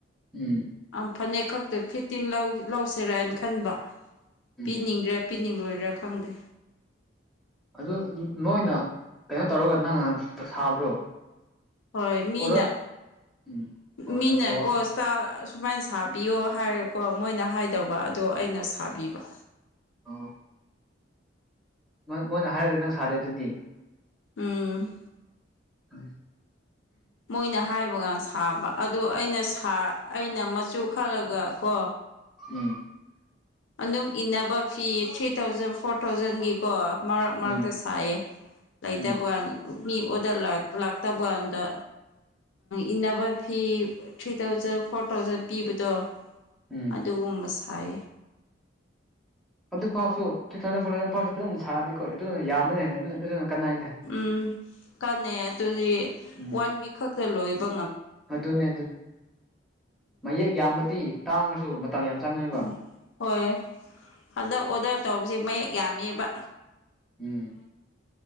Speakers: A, in the centre; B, on the left.
A: ꯎꯝ
B: ꯑ ꯐꯅꯦꯛ ꯈꯛꯇꯣ ꯐꯤꯠꯇꯤꯟ ꯂꯧꯁꯤꯔꯅ ꯈꯟꯕ
A: ꯎꯝ
B: ꯄꯤꯅꯤꯡꯒ꯭ꯔꯥ ꯄꯤꯅꯤꯡꯂꯣꯏꯔꯥ ꯐꯪꯗꯦ
A: ꯑꯗꯨ ꯅꯣꯏꯅ ꯀꯩꯅꯣ ꯇꯧꯔꯒ ꯅꯪ ꯉ ꯁꯥꯕ꯭ꯔꯣ
B: ꯍꯣꯏ ꯃꯤꯅ
A: ꯑꯣꯔ ꯎꯝ ꯑꯣꯔꯗ
B: ꯃꯤꯅ
A: ꯑꯣ
B: ꯀꯣꯁꯇꯥ ꯁꯨꯃꯥꯏꯅ ꯁꯥꯕꯤꯌꯣ ꯍꯥꯏꯔꯦꯀꯣ ꯃꯣꯏꯅ ꯍꯥꯏꯗꯧꯕ ꯑꯗꯣ ꯑꯩꯅ ꯁꯥꯕꯤꯕ
A: ꯑ ꯃꯣꯏꯅ ꯍꯥꯏꯔꯛꯇꯦ ꯅꯪ ꯁꯥꯗꯦ ꯑꯗꯨꯗꯤ
B: ꯎꯝ
A: ꯎꯝ
B: ꯃꯣꯏꯅ ꯍꯥꯏꯕ ꯀꯥꯟ ꯁꯥꯕ ꯑꯗꯨ ꯑꯩꯅ ꯑꯩꯅ ꯆꯣ ꯈꯥꯂꯒ ꯀꯣ
A: ꯎꯝ
B: ꯑꯗꯨꯝ ꯏꯟꯅꯕ ꯐꯤ ꯊ꯭ꯔꯤ ꯊꯥꯎꯖꯟ ꯐꯣꯔ ꯊꯥꯎꯖꯟꯒꯤꯀꯣ ꯃꯔꯛ ꯃꯔꯛꯇ
A: ꯎꯝ
B: ꯁꯥꯏꯌꯦ ꯂꯩꯇꯕ
A: ꯎꯝ
B: ꯀꯥꯟ ꯃꯤ ꯑꯣꯗ ꯂꯥꯛꯇꯕ ꯀꯥꯟꯗ ꯏꯟꯅꯕ fee three thousand four thousand ꯄꯤꯕꯗꯣ
A: ꯎꯝ
B: ꯑꯗꯨꯒꯨꯝꯕ ꯁꯥꯏ
A: ꯑꯗꯨꯐꯥꯎꯁꯨ ꯊ꯭ꯔꯤ ꯊꯥꯎꯖꯟ ꯐꯣꯔ ꯊꯥꯎꯖꯟ ꯐꯥꯎꯁꯨ ꯐꯖꯅ ꯁꯥꯔꯗꯤꯀꯣ ꯑꯗꯨꯅ ꯌꯥꯝꯃꯅꯦ ꯍꯥꯏꯅ ꯑꯗꯨ ꯑꯗꯨꯅ ꯀꯅꯥꯏꯗ
B: ꯎꯝ ꯀ ꯇꯨꯗꯤ
A: ꯎꯝ
B: ꯋꯥꯟ ꯋꯤꯛ ꯈꯛꯇ ꯂꯣꯏꯕ
A: ꯑꯗꯨꯅꯦ ꯃꯌꯦꯛ ꯌꯥꯝꯕꯗꯤ ꯇꯥꯡꯉꯁꯨ ꯃꯇꯝ ꯌꯥꯝ ꯆꯪꯉꯦꯕ
B: ꯎꯝ ꯍꯣꯏ ꯍꯟꯗꯛ ꯑꯣꯗꯔ ꯇꯧꯕꯁꯦ ꯃꯌꯦꯛ ꯌꯥꯝꯃꯤꯕ
A: ꯎꯝ